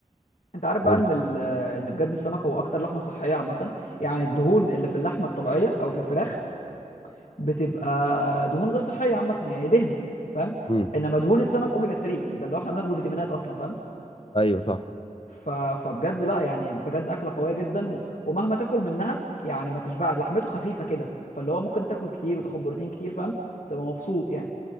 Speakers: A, on the left; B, on the left.
A: انت عارف بقى
B: قول
A: ان ال- ان بجد السمك هو اكتر لحمه صحيه عامه يعني الدهون اللي في اللحمه الطبيعيه او في الفراخ بتبقى دهون غير صحيه عامه يعني دهنه فاهم
B: مم.
A: انما دهون السمك اوميجا 3 ده اللي هو احنا بناخده فيتامينات اصلا فاهم
B: ايوه صح
A: ف... فبجد لا يعني بجد اكله قويه جدا و... ومهما تاكل منها يعني ما تشبع لحمته خفيفه كده فاللي هو ممكن تاكل كتير وتاخد بروتين كتير فاهم تبقى مبسوط يعني